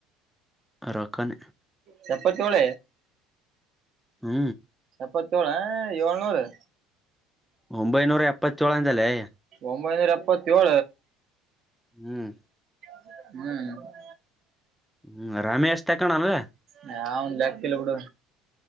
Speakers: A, in the centre; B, on the right (about 50°).
A: ರೊಕ್ಕನ
B: ಚಪ್ಪಚ ಒಳ
A: ಹ್ಮ
B: ಎಪ್ಪತ್ತೇಳು ಏಳ್ನೂರು
A: ಒಂಬೈನೂರ ಎಪ್ಪತ್ತೇಳ ಅಂದಲೇ
B: ಒಂಬೈನೂರ ಎಪ್ಪತ್ತಏೇಳು
A: ಹ್ಮ್
B: ಹ್ಮ್
A: ಹ್ಮ ರಮೇಶ್ ತಕಣ ಅ್ರ
B: ನ್ ಲೆಕ್ತಿಲ್ಲ ಬಿಡು